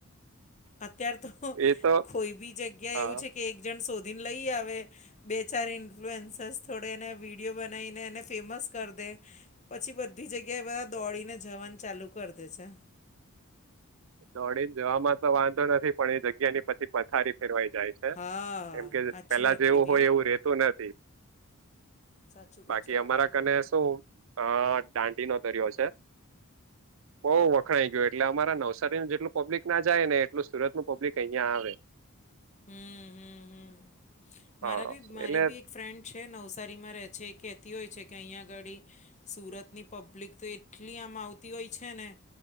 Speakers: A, on the left; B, on the right.
A: અત્યાર તો
B: એ તો
A: કોઈ બી જગ્યા
B: હ
A: એવું છે કે એક જણ શોધીને લઈ આવે. બે ચાર ઇન્ફ્લુઅન્સર્સ થોડે એને વિડીયો બનાવીને એને ફેમસ કરી દે. પછી બધી જગ્યાએ બધા દોડીને જવાનું ચાલુ કરી દે છે.
B: દોડી ને જવાવામાં તો વાંધો નથી પણ એ જગ્યા ની પછી પથારી ફેરવાઈ જાય. હે
A: હા
B: કેમ કે
A: સાચી
B: પેલા
A: વાત
B: જેવું
A: કીધી
B: હોય
A: હા
B: એવું રે તુ નથી
A: સાચું
B: બાકી
A: કહો છો તમે
B: અમારા કને શું હ દાંડી નો દરિયો છે. બહુ વખણાઈ ગયો એટલે અમારા નવસારી નવસારી નુ જેટલું પબ્લિક ના જાય ને એટલું સુરત નું પબ્લિક અહિયાં આવે.
A: હમ હમ હમ
B: હા.
A: મારા બી મારી
B: એટલે
A: બી એક ફ્રેન્ડ છે નવસારીમાં રહે છે. એ કહેતી હોય છે કે અહીંયા અગાડી સુરત ની પબ્લિક તો એટલી આમ આવતી હોય છે ને